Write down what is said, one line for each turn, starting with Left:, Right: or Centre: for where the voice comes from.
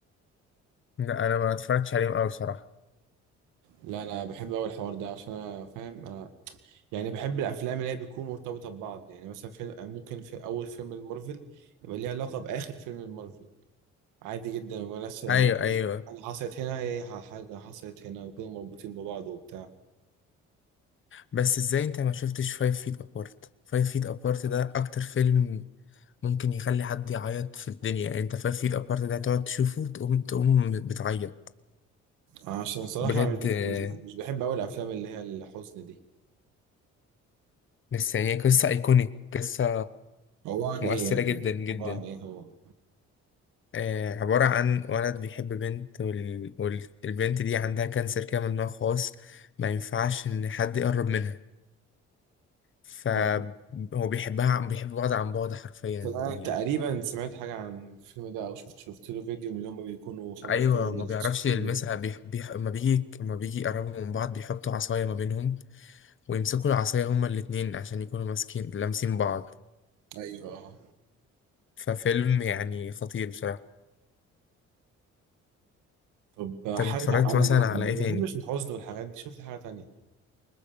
Left: لا انا ما اتفرجتش عليهم قوي بصراحه
Right: لا انا بحب اول الحوار ده عشان انا فاهم انا يعني بحب الافلام اللي هي بتكون مرتبطه ببعض يعني مثلا فيلم ممكن في اول فيلم المارفل يبقى ليه علاقه باخر فيلم المارفل عادي جدا وناس يعني
Left: ايوه
Right: ممكن
Left: ايوه
Right: حاجه حصلت هنا هي حاجه حصلت هنا وكانوا مربوطين ببعض وبتاع
Left: بس ازاي انت ما شفتش فايف فيت ابارت فايف فيت ابارت ده اكتر فيلم ممكن يخلي حد يعيط في الدنيا يعني انت فايف فيت ابارت ده تقعد تشوفه تقوم تقوم بتعيط
Right: عشان صراحه
Left: بجد
Right: انا مش
Left: آه،
Right: مش مش بحب اول الافلام اللي هي الحزن دي
Left: بس يعني قصه ايكونيك قصه
Right: عباره عن ايه
Left: مؤثره
Right: يعني
Left: جدا جدا
Right: عباره عن ايه هو
Left: آه، عبارة عن ولد بيحب بنت وال... والبنت دي عندها كانسر كده من نوع خاص ما ينفعش إن حد يقرب منها فهو
Right: آه.
Left: بيحبها عن- بيحب بعض عن بعد حرفيا
Right: فأنا
Left: يعني
Right: تقريبا سمعت حاجة عن الفيلم ده أو شفت شفت له فيديو من اللي هما بيكونوا خمس
Left: أيوة
Right: دقايق
Left: ما
Right: بيلخصوا
Left: بيعرفش
Right: الفيلم
Left: يلمسها
Right: ده
Left: بيح... بيح... ما بيجي ما بيجي يقربوا من بعض بيحطوا عصاية ما بينهم ويمسكوا العصاية هما الاتنين عشان يكونوا ماسكين لامسين بعض
Right: أيوه
Left: ففيلم يعني خطير بصراحة
Right: طب
Left: طب
Right: حاجة
Left: اتفرجت
Right: أنا
Left: مثلا
Right: ما بح-
Left: على
Right: ما
Left: إيه تاني؟
Right: بحبش الحزن والحاجات دي شفت حاجة تانية